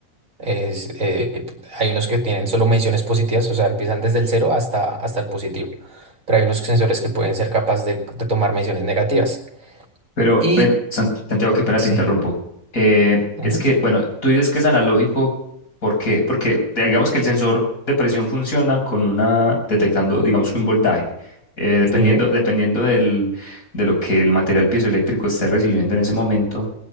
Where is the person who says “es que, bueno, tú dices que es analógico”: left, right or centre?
Left